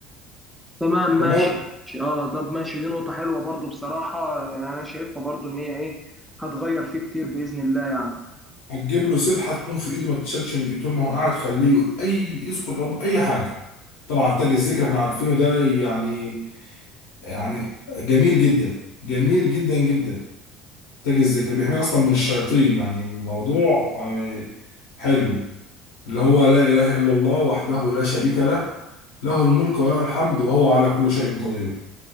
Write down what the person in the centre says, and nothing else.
تمام ماشي
ماشي. اه طب ماشي دي نقطة حلوة برضو بصراحة يعني انا شايفها برضو ان هي ايه هتغير فيه كتير بإذن الله يعني.